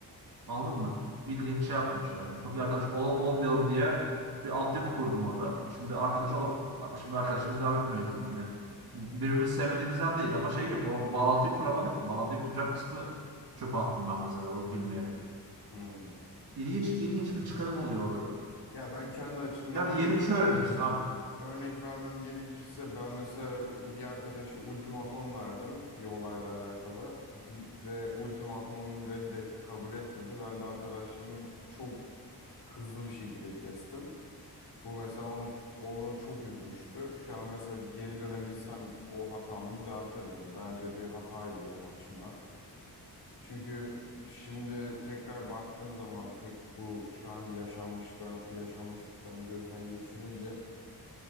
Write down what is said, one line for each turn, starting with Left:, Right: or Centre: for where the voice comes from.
Right: anladın mı? Bildiğin şey yaptım işte. Hani Çok iyi arkadaş ol- olmayalım diye bir altyapı kurdum orada. Şimdi arkadaş ola, şimdi arkadaşımız devam etmiyor o yüzden. Hani birbirimizi sevmediğimizden değil ama şey yok. O bağlantıyı kuramadık ki. Bağlantıyı kuracak kısmı çöpe attım ben mesela onu bilmeyerek.
Left: hmm.
Right: İlginç ilginç bir çıkarım oluyor orada da.
Left: Ya ben kendi açımdan
Right: Yani
Left: örnek
Right: yeni bir şey öğreniyorsun abi.
Left: örnek vermem gerekirse ben mesela e, bir arkadaşa ultimatom verdim bir olayla alakalı Din- ve ultimatomum reddetti, kabul etmedi. Ben de arkadaşımı çok hızlı bir şekilde kestim. Bu mesela onu onu çok üzmüştü. Şu an mesela geri dönebilsem o hatamı düzeltirdim. Bence bir hataydı benim açımdan. Çünkü şimdi tekrar baktığım zaman tek bu şu anki yaşanmışlar yaşanmışlıklarımı gözden geçirince